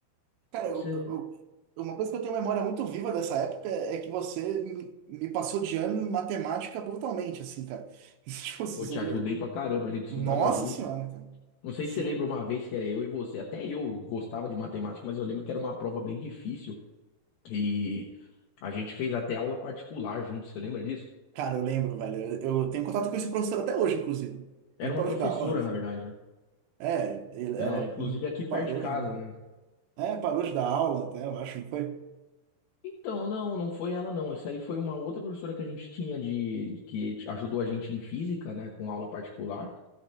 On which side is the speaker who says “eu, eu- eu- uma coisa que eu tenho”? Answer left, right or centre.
Right